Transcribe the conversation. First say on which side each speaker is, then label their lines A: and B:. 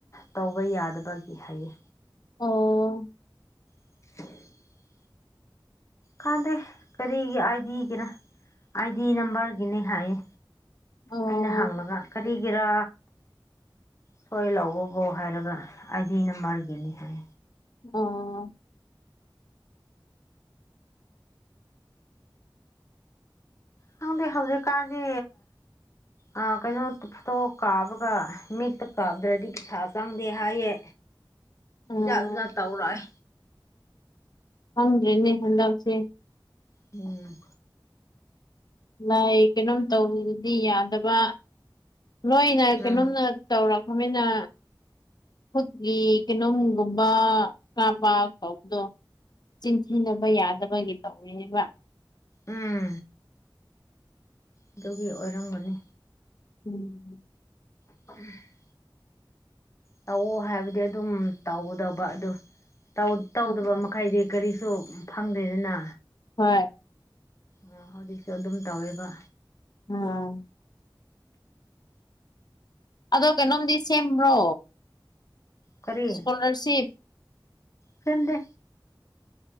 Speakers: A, on the left (about 35°); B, on the left (about 55°).
A: ꯇꯧꯕ ꯌꯥꯗꯕꯒꯤ ꯍꯥꯏꯌꯦ
B: ꯑꯣ
A: <unintelligible> ꯈꯪꯗꯦ ꯀꯔꯤꯒꯤ ꯑꯥꯏꯗꯤꯒꯤꯔ ꯑꯥꯏꯗꯤ ꯅꯝꯕꯔꯒꯤꯅꯦ ꯍꯥꯏꯌꯦ
B: ꯑꯣ
A: ꯑꯩꯅ ꯍꯪꯂꯒ ꯀꯔꯤꯒꯤꯔꯥ ꯁꯣꯏ ꯂꯧꯕꯕꯨ ꯍꯥꯏꯔꯒ ꯑꯥꯏꯗꯤ ꯅꯝꯕꯔꯒꯤꯅꯤ ꯍꯥꯏ
B: ꯑꯣ
A: ꯈꯪꯗꯦ ꯍꯧꯖꯤꯛ ꯀꯥꯟꯗꯤ ꯑꯥ ꯀꯩꯅꯣ ꯐꯣꯇꯣ ꯀꯥꯞꯕꯒ ꯃꯤꯠꯇ ꯀꯥꯞꯗ꯭ꯔꯗꯤ ꯄꯩꯁꯥ ꯆꯪꯗꯦ ꯍꯥꯏꯌꯦ
B: ꯎꯝ
A: ꯖꯥꯠ ꯖꯥꯠ ꯇꯧꯔꯛꯑꯦ
B: ꯍꯪꯗ꯭ꯔꯦꯅꯦ ꯍꯟꯗꯛꯁꯦ
A: ꯎꯝ
B: ꯂꯥꯏ ꯀꯩꯅꯣꯝ ꯇꯧꯕꯗꯤ ꯌꯥꯗꯕ ꯂꯣꯏꯅ ꯀꯩꯅꯣꯝꯅ
A: ꯎꯝ
B: ꯇꯧꯔꯛꯄ ꯃꯤꯅ ꯈꯨꯠꯀꯤ ꯀꯩꯅꯣꯝꯒꯨꯝꯕ ꯀꯥꯞꯄ ꯇꯧꯕꯗꯣ ꯆꯤꯟ ꯊꯤꯅꯕ ꯌꯥꯗꯕꯒꯤ ꯇꯧꯔꯤꯅꯤꯕ
A: ꯎꯝ ꯑꯗꯨꯒꯤ ꯑꯣꯏꯔꯝꯒꯅꯤ
B: ꯎꯝ
A: <unintelligible> ꯇꯧꯑꯣ ꯍꯥꯏꯕꯗꯤ ꯑꯗꯨꯝ ꯇꯧꯒꯗꯧꯕ ꯑꯗꯨ ꯇꯧ ꯇꯧꯗꯕ
B: ꯎꯝ
A: ꯃꯈꯩꯗꯤ ꯀꯔꯤꯁꯨ ꯐꯪꯗ꯭ꯔꯦꯗꯅ
B: ꯍꯣꯏ
A: ꯑꯣ ꯍꯧꯖꯤꯛꯁꯨ ꯑꯗꯨꯝ ꯇꯧꯋꯦꯕ
B: ꯎꯝ ꯑꯗꯣ ꯀꯩꯅꯣꯝꯗꯤ ꯁꯦꯝꯕ꯭ꯔꯣ
A: ꯀꯔꯤ
B: ꯏꯁꯀꯣꯂꯥꯔꯁꯤꯞꯇ
A: ꯁ‌ꯦꯝꯗꯦ